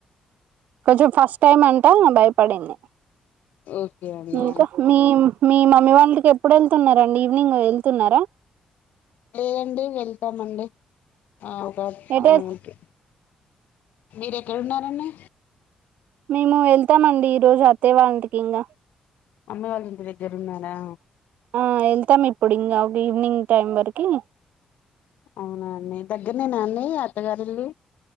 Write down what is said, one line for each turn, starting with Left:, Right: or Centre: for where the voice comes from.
Right: కొంచెం ఫస్ట్ టైమ్ అంటా భయపడింది.
Left: ఓకే అన్నయ్య.
Right: ఇంకా మీ మీ మమ్మీ వాళ్ ఇంటికి ఎప్పుడు వెళ్తున్నారా అండి ఈవినింగ్ వెళ్తున్నారా.
Left: లేదండి ఎల్థామ్ అండి ఆ ఒక ఆ
Right: ఎటే
Left: అంటే. మీరెక్కడ ఉన్నారండి.
Right: మేము వెళ్తామండి ఈ రోజు అత్తయ్య వాళ్ళింటికి ఇంగా.
Left: అమ్మ వాళ్ళు ఇంటి దగ్గర ఉన్నారా.
Right: ఆ వెళ్తాం ఇప్పుడు ఇంగ. వీవ్నింగ్ టైం వరకి.
Left: అవునాండి దగ్గరనేనా అండి అత్తగారిల్లు.